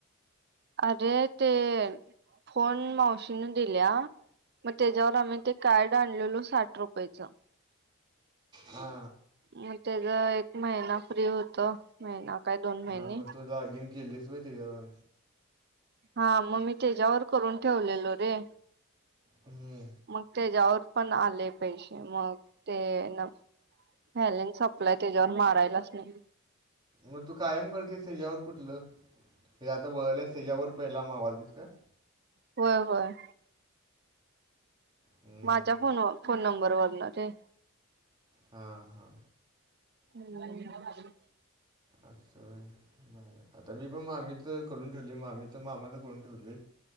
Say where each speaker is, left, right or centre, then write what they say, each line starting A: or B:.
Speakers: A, on the right; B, on the right.
A: अरे ते फोन मावशीने दिल्या मग त्याच्यावर आम्ही ते कार्ड आणलेलो साठ रुपयेचं
B: हा
A: मग त्याचा एक महिना फ्री होत महिना काय दोन महिने
B: हां, मग तू लॉगिन, केलीस वय त्याच्यावर
A: हा मग मी त्याच्यावर करून ठेवलेलो रे.
B: हे
A: मग त्याच्यावर पण आले पैशे मग ते न बॅलन्स संपलाय त्याच्यावर मारायलाच नाय.
B: मग तू कायम करतेस तेज्यावर कुठलं, हे आता बोलाले तेज्यावर पहिला मावाल दिसतं.
A: होव- होव.
B: हं,
A: माझ्या फोनव फोन नंबर वरन रे.
B: हा-हा.
A: हम्म.
B: असं होय बरं. आता मी पण मामी तर करून ठेवली आम्ही तर मामानं करून ठेवलीय.